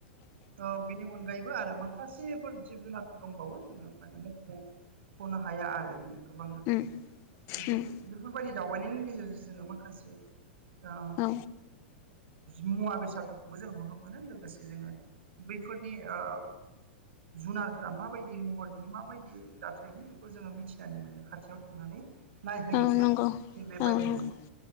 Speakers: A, on the right (about 80°); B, on the left (about 45°).
A: औ बेनि अनगायैबो आरो माखासेफोर जिब जुनारफोर दंबावो जोङो माने मख' खनो हाया आरो माने गोबां रोखोमनि
B: उम उम
A: बिदि बेफोरबायदि दावबायनायनि गेजेरजों जोङो माखासे दा
B: औ
A: मुवा बेसादफोरखौबो जों नुनो मोनो लोगोसे जोङो बैफोरनि ओ जुनारफोरा माबायदि महरनि माबायदि दाथायनि बेखौ जोङो मिथिनानै मोनो खाथियाव थांनानै नायहैयोब्ला
B: औ नंगौ
A: थिग बेबायदिनो
B: औ नंगौ